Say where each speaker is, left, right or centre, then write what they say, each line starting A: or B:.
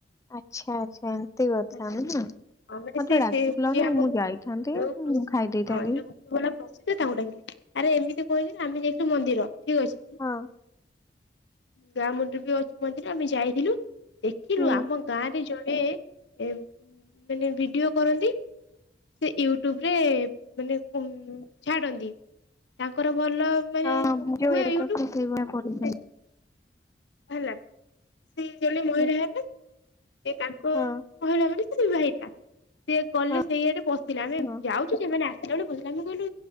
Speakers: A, on the left (about 20°); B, on the left (about 85°).
A: ଆଚ୍ଛା ଆଚ୍ଛା ଏମତି କଥା
B: ହେଲା
A: ନା।
B: ମାନେ ସେ
A: ଡାକିଲନି
B: ସେ ଯିଏ ଆମ
A: ମୁଁ ଯାଇଥାନ୍ତି
B: ଯୋଉ ଯୋଉ ପ୍ରସି
A: ମୁଁ ଖାଇ ଦେଇଥାନ୍ତି
B: ହଁ ଯୋଉ ଗୁପଚୁପ ବାଲା ପ୍ରସିଦ୍ଧ ତାଙ୍କୁ ଡାକିଥିଲେ। ଆରେ ଏମିତି ଙ୍କ ହେଇଚି ନା ଆମେ ଯାଇଥିଲୁ ମନ୍ଦିର। ଠିକ୍ ଅଛି।
A: ହଁ
B: ଗାଁ ମୁଣ୍ଡରେ ବି ଅଛି ମନ୍ଦିର ଆମେ ଯାଇଥିଲୁ। ଦେଖିଲୁ
A: ହୁଁ
B: ଆମ ଗାଁ ରେ ଏ ମାନେ ଭିଡିଓ। କରନ୍ତି ସେ ୟୁଟ୍ୟୁବ ରେ ମାନେ ଉମ ଛାଡନ୍ତି ତାଙ୍କର ଭଲ ମାନେ
A: ହଁ
B: ହୁଏ
A: ମୁଁ ଯୋଉ ଏଇଟା
B: ୟୁଟ୍ୟୁବ
A: ତ
B: ସେ
A: ସେଇଭଳିଆ କରୁଛନ୍ତି
B: ହେଲା। ସେ ଜଣେ ମହିଳା
A: ହୁଁ
B: ହେବେ। ସେ ତାଙ୍କ
A: ହଁ
B: ମହିଳା ମାନେ ସେ ବିବାହି ତା। ସିଏ ଗଲେ
A: ହଁ
B: ସେଇଆଡେ ବସିଲା ଆମେ
A: ହଁ
B: ଯାଉଛୁ ସେମାନେ ଆସିଲା ବେଳୁକୁ <unintelligible> ଗଲୁ